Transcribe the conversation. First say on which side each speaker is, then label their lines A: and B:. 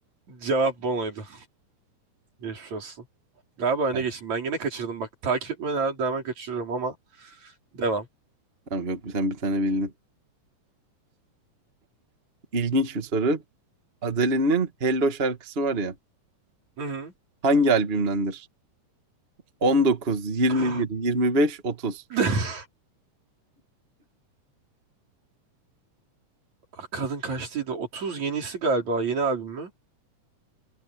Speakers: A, on the right (about 60°); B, on the right (about 20°).
A: Cevap Bono'ydu. Geçmiş olsun. Galiba öne
B: Ay,
A: geçtim. Ben yine kaçırdım. Bak takip etmeye devam kaçırıyorum ama devam.
B: Tamam yok sen bir tane bildin. İlginç bir soru. Adele'nin Hello şarkısı var ya.
A: Hı
B: Hangi albümdendir? On dokuz, yirmi
A: hı.
B: bir, yirmi beş, otuz
A: <gasps> Ah, Kadın kaçtıydı? 30 yenisi galiba yeni albüm mü?